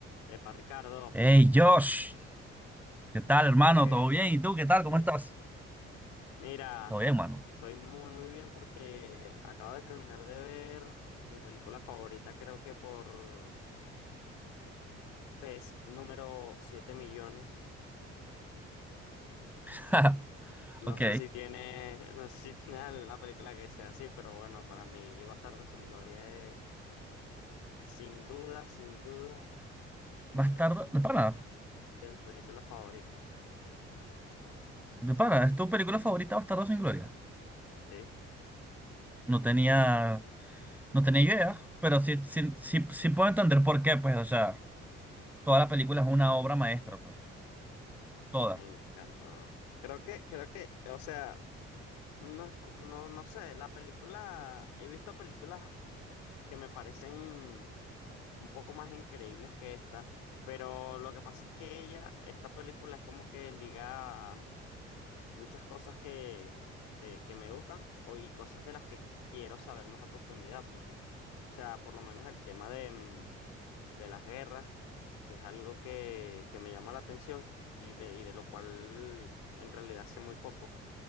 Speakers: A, on the left; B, in the centre.
A: Epa, Ricardo,
B: Hey Josh, ¿qué tal
A: ¿todo
B: hermano?
A: fino que
B: ¿Todo bien? ¿Y tú qué tal?
A: Sí,
B: ¿Cómo estás?
A: sí. Mira,
B: Todo bien, mano.
A: estoy muy, muy bien porque acabo de terminar de ver mi película favorita, creo que por vez número 7 millones.
B: <laughs>
A: No
B: Ok.
A: sé si tiene, <laughs> no sé si tiene alguna película que sea así, pero bueno, para mí Bastardo sin Gloria es, sin duda, sin duda, mi
B: Bastardo,
A: pe-
B: de pana,
A: mis peli- de mis películas favoritas.
B: de pana, ¿es tu película favorita Bastardo sin Gloria?
A: Sí.
B: No tenía, no tenía idea, pero sí, sí, sí, sí puedo entender por qué, pues, o sea, toda la película es una obra maestra, pues, toda.
A: Me encantó. Creo que, creo que, o sea. No es por- no, no sé, la película, he visto películas que me parecen un poco más increíbles que esta, pero lo que pasa es que ella, esta película es como que liga muchas cosas que, que, que me gustan o, y cosas de las que quiero saber más a profundidad, pues. O sea, por lo menos el tema de, mm, de las guerras, que es algo que, que me llama la atención y de, y de lo cual en realidad sé muy poco.